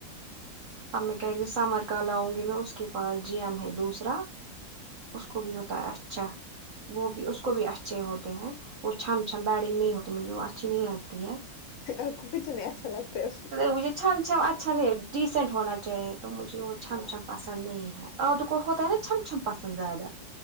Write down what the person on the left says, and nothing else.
اچھا
آپ کو کچھ نہیں اچھا لگتا ہے اس
ہاں